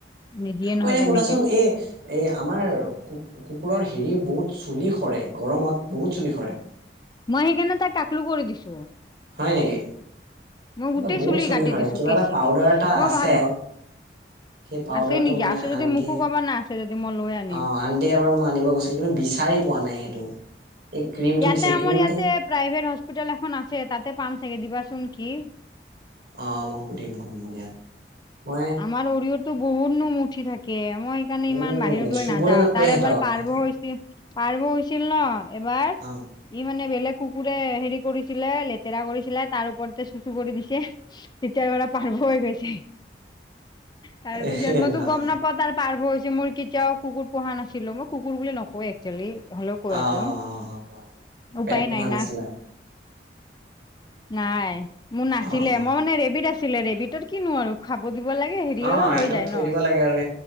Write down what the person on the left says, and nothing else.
নিদিয়ে
নহয়
তেনেকে
মই সেইকাৰণে তাইক তাকলু কৰি দিছো।
মই
গোটেই
কাটি
দিছো
কেঁচি
দি
মই
ভাবি
আছে নেকি
আছে যদি
মোকো ক'বা না আছে যদি মই লৈ আনিম
ইয়াতে
আমাৰ
ইয়াতে প্ৰাইভেট হস্পিটেল এখন আছে তাতে পাম চাগে দিবাচোন কি
আমাৰ অৰিয়ৰটো বহুত নোম উঠি থাকে মই সেইকাৰণে
ইমান বাহিৰত লৈ
নাযাও
তাৰ
এবাৰ পাৰ্ব
হৈ পাৰ্ব হৈছিল ন এবাৰ ই
মানে বেলেগ কুকুৰে হেৰি কৰিছিলে লেতেৰা কৰিছিলে তাৰ ওপৰতে চুচু কৰি দিছে। তেতিয়াৰ পৰা পাৰ্ব হৈ গৈছে। তাৰপিছত
মইতো
গম নাপাঁও তাৰ পাৰ্ব হৈছে মোৰ কি কেতিয়াও কুকুৰ পোহা নাছিলো মই কুকুৰ বুলি নকওঁ এ হ'লেও কৈ
আছো
উপায়
নাই
না। নাই মোৰ নাছিলে
মই মানে ৰেবিত আছিল আছিলে ৰেবিটৰ কিনো আৰু খাব দিব লাগে হেৰি
হৈ যায়
ন।